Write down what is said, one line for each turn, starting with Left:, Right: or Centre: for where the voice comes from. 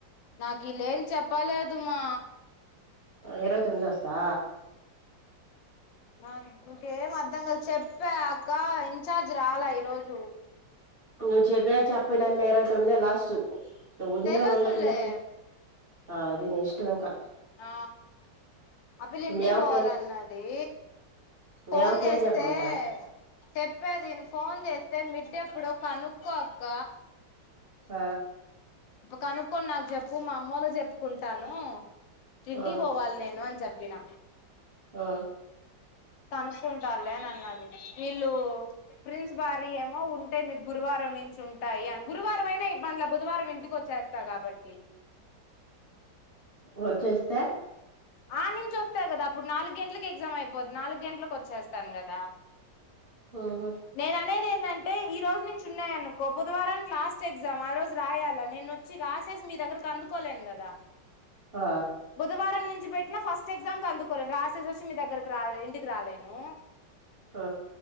Left: నాకు కిల్లేంది చెప్పలేదు మా
Right: ఇరవై తొమ్మిది వస్తా
Left: ఆ ఇంకేం అర్థం కాలే చెప్పే అక్క ఇన్ఛార్జ్ రాలా ఈరోజు
Right: నువ్వు చెప్పినా చెప్పకపోయినా ఇరవై తొమ్మిదో లాస్ట్ నువ్వు ఉన్న
Left: తెలుసులే
Right: ఉండకపోయినా అది నీ ఇష్టం ఇంకా
Left: ఆ ఆ పిల్ల
Right: ఇప్పుడు
Left: ఇంటి
Right: మీ
Left: కి
Right: అవ్వకేం
Left: పోవాలన్నది ఫోన్
Right: మీ అవ్వకేం
Left: చేస్తే
Right: చెప్పమంట
Left: చెప్పేదిను ఫోన్ చేస్తే మిడ్ ఎప్పుడు కనుక్కో అక్క
Right: అ
Left: కనుక్కొన్ నాకు చెప్పు మా అమ్మోళ్ల చెప్పుకుంటాను తింటీ
Right: ఆ
Left: పోవాలి నేను అని చెప్ పోయిన
Right: ఆ
Left: కనుక్కుంటాళ్లే అన్నది వీళ్ళు ప్రిన్స్ భార్య ఏమో ఉంటే మీక్ గురువారం నుంచి ఉంటాయా గురువారం అయినా ఇబ్బందిలే బుధవారం ఇంటికి వచ్చేస్తా కాబట్టి
Right: వచ్చేస్తే
Left: అడ నించివస్తాయి కదా అప్పుడు నాలుగు గంటలకి ఎగ్జామ్ అయిపోది నాలుగు గంటలకు వచ్చేస్తాను కదా
Right: ఆ
Left: నేను అనేదే న్నఅంటే ఈ రోజు నుంచి ఉన్నాయి అనుకో బుధవారానికి లాస్ట్ ఎగ్జామ్ ఆ రోజు రాయాలా నేను వచ్చి రాసేసి మీ దగ్గరకు అందుకోలేన్ కదా
Right: ఆ
Left: బుధవారం నుంచి పెట్టినా ఫస్ట్ ఎగ్జామ్ అందుకోలేను రాసేసి మీ దగ్గరకి రాలే ఇంటి రాలేను
Right: ఆ